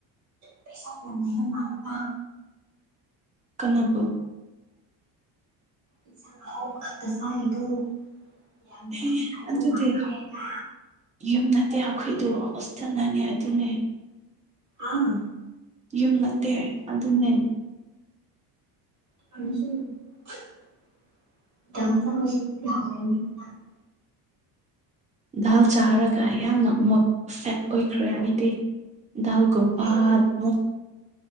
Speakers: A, on the right; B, on the right.
A: ꯄꯩꯁꯥ ꯌꯥꯝ ꯂꯩꯕ ꯃꯜꯂꯦꯕ
B: ꯀꯟꯅꯥꯕꯨ
A: ꯏꯟꯁꯥꯡ ꯑꯍꯥꯎꯕ ꯈꯛꯇ ꯆꯥꯔꯤꯗꯨ ꯌꯥꯝꯅ
B: ꯑꯦ
A: ꯍꯥꯎꯕ
B: ꯑꯗꯨꯗꯤ
A: ꯃꯥꯜꯂꯦ ꯍꯥꯏꯅ
B: ꯌꯨꯝ ꯅꯠꯇꯦ ꯑꯩꯈꯣꯏꯗꯨ ꯍꯣꯁꯇꯦꯜꯗꯅꯦ ꯑꯗꯨꯅꯦ
A: ꯑꯥ
B: ꯌꯨꯝ ꯅꯠꯇꯦ ꯑꯗꯨꯅꯦ
A: <unintelligible>
B: ꯗꯥꯜ ꯆꯥꯔꯒ ꯌꯥꯝꯅ ꯃꯨꯠ ꯁꯦꯠ ꯑꯣꯏꯈ꯭ꯔꯦ ꯑꯩꯗꯤ ꯗꯥꯜ ꯀꯨꯝꯄꯥꯠ
A: ꯀꯥꯏꯗꯦ
B: ꯃꯨꯠ